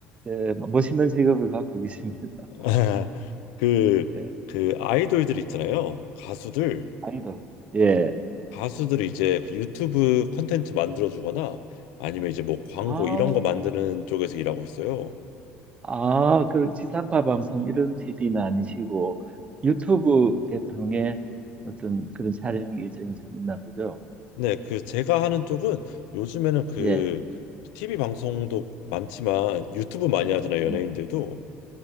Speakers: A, on the right (about 25°); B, on the left (about 85°).
A: 예, 멋있는 직업을 갖고 계십니다.
B: <laughs> 그
A: 예,
B: 그 아이돌들 있잖아요. 가수들.
A: 아니다. 예.
B: 가수들이 이제 그 유튜브 콘텐츠 만들어주거나 아니면 이제 뭐 광고
A: 아,
B: 이런 거 만드는 쪽에서 일하고 있어요.
A: 아, 그 지상파 방송 이런 PD는 아니시고 유튜브 계통의 어떤 그런 촬영 일정이 좀 있나 보죠?
B: 네, 그 제가 하는 쪽은 요즘에는 그
A: 예,
B: TV 방송도 많지만 유튜브 많이 하잖아요, 연예인들도.
A: 음,